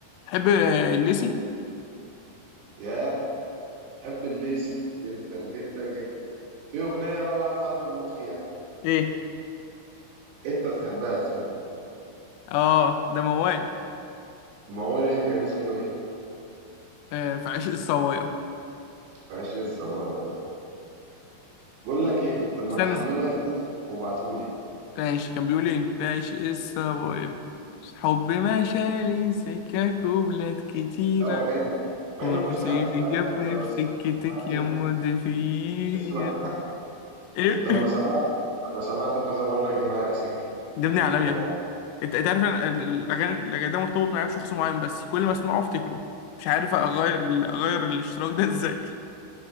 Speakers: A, on the left (about 90°); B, on the right (about 75°).
A: تحب آه، الليسي
B: ياه حب الليسي جدا جدا جدا في اغنيه بقى واحد صاحبي بيموت فيها
A: ايه
B: انت بتحبها يا زميلي
A: اه ده موال
B: ما هو ليه كان اسمه ايه
A: آه، في عشق الصوايا
B: في عشق الصبايا بقول لك ايه طب ما
A: استنى
B: تحمله
A: س-
B: يا زميلي وابعتهولي
A: ماشي كان بيقول ايه فايش الصبايا حب ما شالي سكك وبلاد كتيرة
B: لا هو جامد مع
A: ونصيبي
B: اني ما كنتش بحبه في الاول
A: جابني
B: والله
A: في
B: بس لما
A: سكتك
B: سمعته
A: يا مدفير
B: اسمع
A: ايه
B: لما سمعته لما سمعته كذا مرة جه معايا سكة
A: جابني
B: الموضوع
A: عالمي يا ابني انت أنت عارف انا ال- الاغاني الأغاني ده مرتبط معايا بشخص معين بس كل ما اسمعه افتكره مش عارف اغير ال- اغير الاشتراك ده ازاي <laughs>